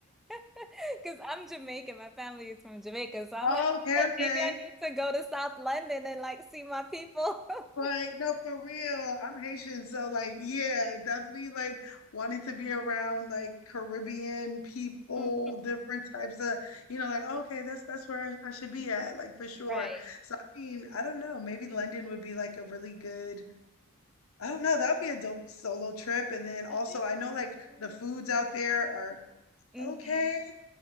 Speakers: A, in the centre; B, on the left (about 65°).
A: <laughs> Cause I'm Jamaican. My family is from Jamaica. So I'm
B: Okay,
A: like, "Hey,
B: okay.
A: maybe I need to go to South London and like see my people. <laughs>
B: Like, no, for real. I'm Haitian, so like, yeah, definitely like wanting to be around like Caribbean people,
A: Mhm.
B: different types of, you know, like, okay, that's that's where I, I should be at, like for sure.
A: Right.
B: So I mean, I don't know, maybe London would be like a really good, I don't know, that would be a dope solo trip. And then also
A: I think
B: I know
A: so
B: like
A: too.
B: the foods out there are
A: hmm
B: okay